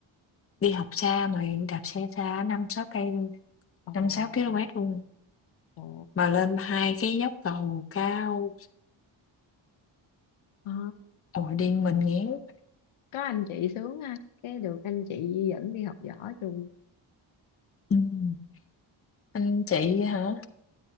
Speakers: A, on the left; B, on the left.
A: Đi học xa mà đạp xe xa năm sáu cây luôn,
B: ồ
A: 5-6 ki-lô-mét luôn.
B: ồ
A: Mà lên 2 cái dốc cầu cao,
B: ờ,
A: ồi, điên mình ngéo.
B: có anh chị sướng ha cái được anh chị dẫn đi học võ chung
A: Ừm, anh chị hả?